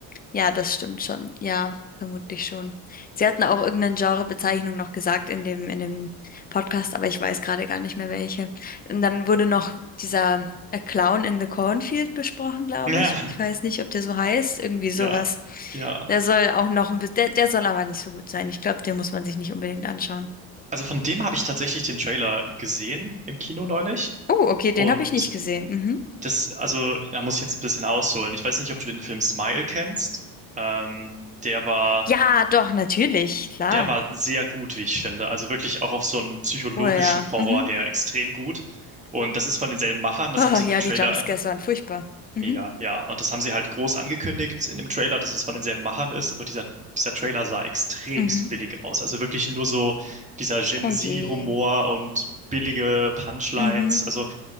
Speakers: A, on the left (about 20°); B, on the right (about 15°).
A: Ja, das stimmt schon. Ja, vermutlich schon. Sie hatten auch irgendeine Genrebezeichnung noch gesagt in dem, in dem Podcast, aber ich weiß gerade gar nicht mehr welche. Und dann wurde noch dieser A Clown in the Cornfield besprochen, glaube
B: Ja,
A: ich. Ich weiß nicht, ob der so heißt, irgendwie
B: ja,
A: sowas.
B: ja.
A: Der soll auch noch ein bisschen, der, der soll aber nicht so gut sein. Ich glaube, den muss man sich nicht unbedingt anschauen.
B: Also von dem habe ich tatsächlich den Trailer gesehen im Kino neulich.
A: Oh, okay, den
B: Und
A: habe ich nicht gesehen. Mhm.
B: das, also, da muss ich jetzt ein bisschen ausholen. Ich weiß nicht, ob du den Film Smile kennst. Ähm, der war,
A: Ja, doch, natürlich, klar.
B: der war sehr gut, wie ich finde. Also wirklich auch auf so einen psychologischen
A: Oh ja,
B: Horror
A: mhm.
B: her extrem gut. Und das ist von denselben Machern. Das
A: Oh,
B: haben sie
A: ja,
B: in dem Trailer
A: die Jumpscares waren furchtbar. Mhm.
B: Mega, ja. Und das haben sie halt groß angekündigt in dem Trailer, dass es von denselben Machern ist. Aber dieser, dieser Trailer sah extremst
A: Mhm.
B: billig aus. Also wirklich nur so dieser Gen
A: Oh
B: Z-Humor
A: je.
B: und billige Punchlines.
A: Mhm.
B: Also,